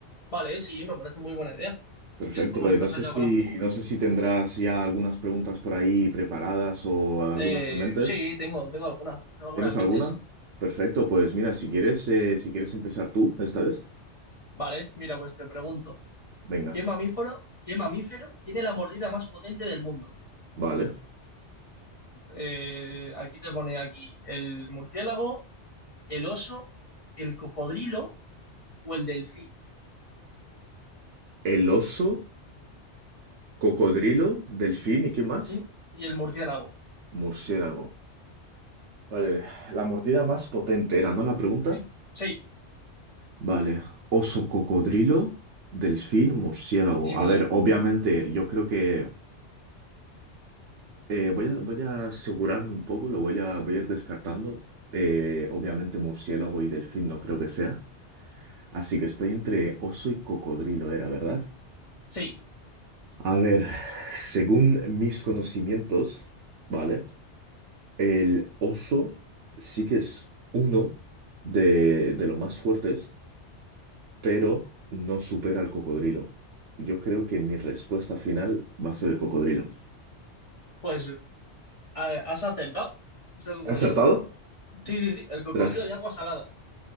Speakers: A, on the left; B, on the right.
A: Vale, sí, me parece muy buena idea.
B: Perfecto.
A: Si quieres podemos
B: eh,
A: empezar
B: no sé
A: ya
B: si,
A: con las preguntas.
B: no sé si tendrás ya algunas preguntas por ahí preparadas o algunas
A: Eh,
B: en mente.
A: sí, tengo, tengo alguna, tengo alguna
B: ¿Tienes
A: en
B: alguna?
A: mente, sí.
B: Perfecto. Pues mira, si quieres, eh, si quieres empezar tú esta vez,
A: Vale, mira, pues te pregunto,
B: venga.
A: ¿qué mamífero, qué mamífero tiene la mordida más potente del mundo?
B: Vale.
A: Eh, aquí te pone aquí el murciélago, el oso, el cocodrilo o el delfín.
B: El oso, cocodrilo, delfín y ¿qué más?
A: ¿Sí? Y el murciélago.
B: Murciélago. Vale, la mordida más potente era, ¿no? La pregunta.
A: Sí, sí,
B: Vale, oso, cocodrilo, delfín, murciélago.
A: y me
B: A ver,
A: lo
B: obviamente, yo creo que eh, voy a, voy a asegurarme un poco, lo voy a, voy a ir descartando. Eh, obviamente, murciélago y delfín no creo que sea. Así que estoy entre oso y cocodrilo, era, ¿verdad?
A: Sí,
B: A ver, según mis conocimientos, ¿vale? El oso sí que es uno de, de los más fuertes, pero no supera al cocodrilo. Yo creo que mi respuesta final va a ser el cocodrilo.
A: pues eh, has acertado. Es el cocodrilo.
B: ¿He acertado?
A: Sí, sí, sí, el cocodrilo
B: Tras,
A: de agua salada.